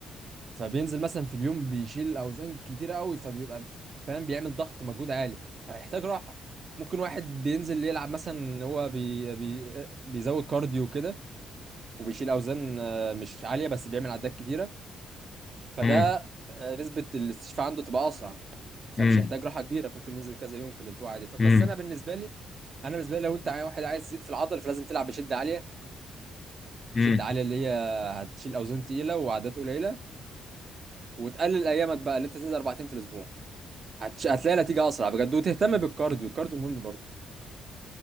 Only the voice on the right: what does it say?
فبينزل مثلا في اليوم بيشيل اوزان كتيرة قوي فبيبقى فاهم بيعمل ضغط مجهود عالي فيحتاج راحة ممكن واحد بينزل يلعب مثلا إن هو بي بي بيزود كارديو كده وبيشيل اوزان آه، مش عالية بس بيعمل عدات كتيرة فده
آه، نسبة الاستشفاء عنده تبقى اسرع فمش
هيحتاج راحة كبيرة ممكن ينزل كذا يوم في الاسبوع عادي ف- بس
انا بالنسبة لي انا بالنسبة لي لو انت عاي- واحد عايز يزيد في العضل فلازم تلعب بشدة عالية
شد عالية اللي هي هتشيل أوزان تقيلة وعدات قليلة وتقلل أيامك بقى اللي أنت تنزل أربع أيام في الأسبوع هتش... هتلاقي نتيجة أسرع بجد وتهتم بالكارديو الكارديو مهم برضه